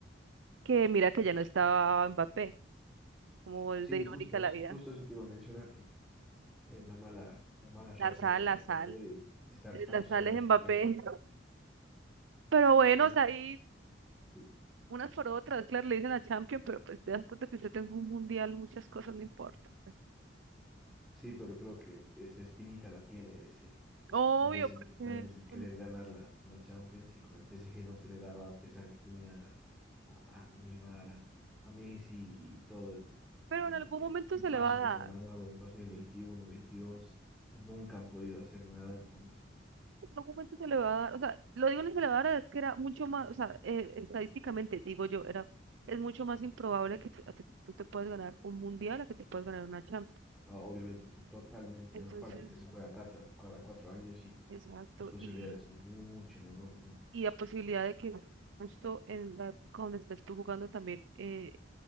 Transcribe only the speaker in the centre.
Sí,
justo
eso,
justo eso que iba a mencionar, que es la mala, la mala racha
de,
de
Mbappé de estar
tantos
años
peleando.
pele-
Sí,
sí, pero creo que esa espinita la tiene desde,
desde hace
muchos años de querer
ganar la, la Champions y con el PSG no se le daba a pesar que tenía a, a Neymar, a, a Messi y todo, el,
el
equipazo
que
se han armado en dos mil veintiuno veintidós nunca han podido hacer nada, entonces,
ah, obviamente to- totalmente,
¿no? aparte que se juega cada, cada cuatro años y
las posibilidades
son mucho menores, ¿no?